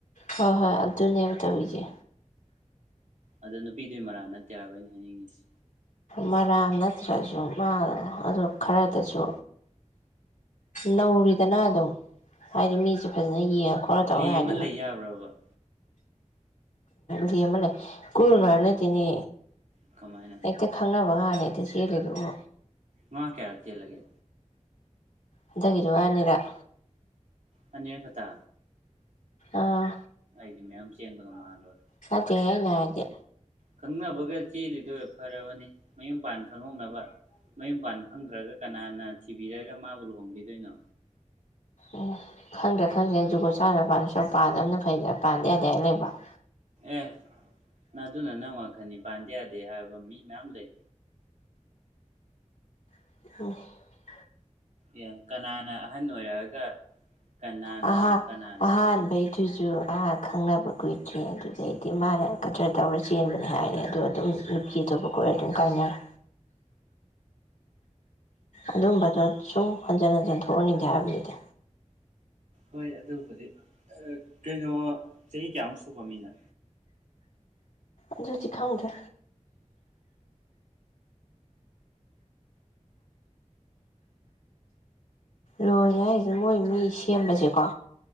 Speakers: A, on the left; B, on the right.
A: ꯍꯣꯏ ꯍꯣꯏ ꯑꯗꯨꯅꯦꯕ ꯇꯧꯔꯤꯁꯦ
B: ꯑꯗꯨ ꯅꯨꯄꯤꯗꯨꯏ ꯃꯔꯥꯜ ꯅꯠꯇꯦꯕ ꯑꯩꯅ ꯍꯥꯏꯅꯤꯡꯉꯤꯁꯤ
A: ꯃꯔꯥꯜ ꯅꯠꯇ꯭ꯔꯁꯨ ꯃꯥ ꯑꯗꯨ ꯈꯔꯗꯁꯨ ꯅꯧꯔꯤꯗꯅ ꯑꯗꯨꯝ ꯍꯥꯏꯗꯤ ꯃꯤꯁꯦ ꯐꯖꯅ ꯌꯦꯡ ꯈꯣꯠꯂ
B: ꯂꯦꯝꯃ
A: ꯇꯧ ꯌꯥꯏꯗꯅ
B: ꯂꯩ ꯌꯥꯕ꯭ꯔꯕ
A: ꯂꯦꯝꯃ ꯂꯩꯌꯨ ꯀꯣꯢꯔꯨꯅꯨ ꯍꯥꯏꯕ ꯅꯠꯇꯦꯅꯦ
B: ꯀꯃꯥꯏꯅ
A: ꯑꯩꯛꯇ ꯈꯪꯅꯕ ꯍꯥꯟ ꯍꯦꯛꯇ ꯆꯦꯜꯂꯤꯗꯨꯕꯨ
B: ꯃꯥ ꯀꯌꯥꯔꯛ ꯆꯦꯜ ꯂꯒꯦ
A: ꯍꯟꯗꯛꯀꯤꯗꯨꯒ ꯑꯅꯤꯔꯛ
B: ꯑꯅꯤꯔꯛ ꯈꯇ
A: ꯑꯥ
B: ꯑꯩꯗꯤ ꯃꯌꯥꯝ ꯆꯦꯟꯕꯒ ꯃꯥꯂꯨꯔꯦ
A: ꯅꯇꯦ ꯑꯩꯅ ꯍꯥꯏꯗꯤ
B: ꯈꯪꯅꯕꯒ ꯆꯦꯜꯂꯤꯗꯣꯏ ꯐꯔꯕꯅꯤ ꯃꯌꯨꯝ ꯄꯥꯟ ꯈꯪꯍꯧꯅꯕ ꯃꯌꯨꯝ ꯄꯥꯟ ꯈꯪꯗ꯭ꯔꯒ ꯀꯅꯥꯅ ꯊꯤꯕꯤꯔꯒ ꯃꯥꯕꯨ ꯂꯨꯍꯣꯡꯕꯤꯗꯣꯏꯅꯣ
A: ꯎꯝ ꯈꯪꯗ꯭ꯔꯦ ꯈꯪꯗ꯭ꯔꯦ ꯖꯨꯒꯣꯠ ꯆꯥꯗꯕ ꯄꯟꯗꯣꯏ ꯁꯔꯨꯛ ꯄꯥꯗꯕꯝꯅ ꯐꯩꯗ ꯄꯥꯟꯗ ꯌꯥꯗꯦ ꯍꯥꯌꯕꯥ ꯂꯩꯕꯔꯣ
B: ꯑꯦ ꯅ ꯑꯗꯨꯅ ꯅꯪ ꯋꯥꯈꯟꯅꯤ ꯄꯥꯟꯗ ꯌꯥꯗꯦ ꯍꯥꯏꯕ ꯃꯤ ꯃꯌꯥꯝ ꯂꯩ
A: <inaudible>
B: ꯌꯦ ꯀꯅꯥꯅ ꯑꯍꯟ ꯑꯣꯏꯔꯛꯑꯒ ꯀꯅꯥꯅ
A: ꯑꯍꯥ
B: ꯀꯅꯥꯅ
A: ꯑꯍꯥꯟꯕꯩꯗꯨꯁꯨ
B: ꯇꯧꯕꯤꯗꯣꯌ
A: ꯑꯥ ꯈꯪꯅꯕ ꯀꯨꯏꯗ꯭ꯔꯦ ꯑꯗꯨꯗꯩꯗꯤ ꯃꯥꯅ ꯀꯗ꯭ꯔ ꯇꯧꯔ ꯆꯦꯟꯕꯅꯦ ꯍꯥꯏꯔꯦ ꯑꯗꯣ ꯑꯗꯨꯝ ꯅꯨꯄꯤ ꯑꯇꯣꯞꯄ ꯀꯣꯏꯔ ꯑꯗꯨꯝ ꯀꯥꯏꯅꯔꯦ ꯑꯗꯨꯝꯕꯗꯣ ꯁꯨꯝ ꯍꯟꯖꯤꯟ ꯍꯟꯖꯤꯟ ꯊꯣꯛꯍꯟꯅꯤꯡꯗꯦ ꯍꯥꯏꯕꯅꯤꯗ
B: ꯍꯣꯏ ꯑꯗꯨꯕꯨꯗꯤ ꯀꯩꯅꯣ ꯆꯍꯤ ꯀꯌꯥꯃꯨꯛ ꯁꯨꯕ ꯃꯤꯅꯣ
A: ꯑꯗꯨꯗꯤ ꯈꯪꯗꯔꯦ ꯂꯣꯏꯔꯦ ꯍꯥꯏꯁꯦ ꯃꯣꯏ ꯃꯤ ꯁꯦꯝꯕꯁꯦꯀꯣ